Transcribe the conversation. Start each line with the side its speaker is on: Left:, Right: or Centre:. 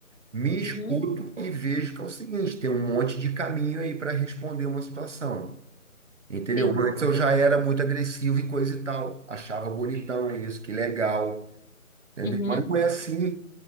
Right: me
Left: Uhum,
Right: escuto e vejo que é o seguinte, tem um monte de caminho aí para responder uma situação. Entendeu?
Left: sim.
Right: Antes eu já era muito agressivo e coisa e tal, achava bonitão isso, que legal, entendeu?
Left: Uhum,
Right: Mas não é assim,